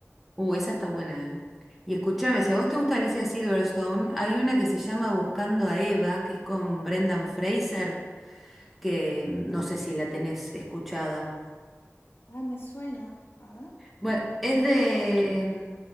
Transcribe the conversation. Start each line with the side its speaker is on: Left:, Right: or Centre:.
Centre: Uh, esa está buena. eh. Y escúchame, si a vos te gusta Alicia Silverstone, hay una que se llama Buscando a Eva, que es con Brendan Fraser, que mm, no sé si la tenés escuchada.
Left: Ay, me suena. A ver.
Centre: Bueno, es de